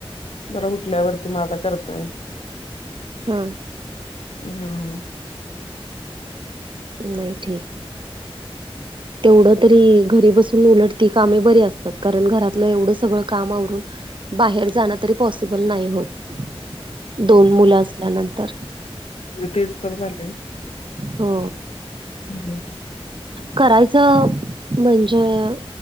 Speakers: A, on the left (about 85°); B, on the right (about 55°).
A: बर उठल्यावरती म आता करतय
B: हं
A: हंम्म
B: नही ठीक हे तेवढं तरी घरी बसून उलट ती कामे बरी असतात कारण घरातलं एवढं सगळं कामवरून बाहेर जाणं तरी पॉसिबल नाही होत दोन मुलं असल्यानंतर
A: मी तेच तर झाले
B: हो
A: बर
B: करायचं म्हणजे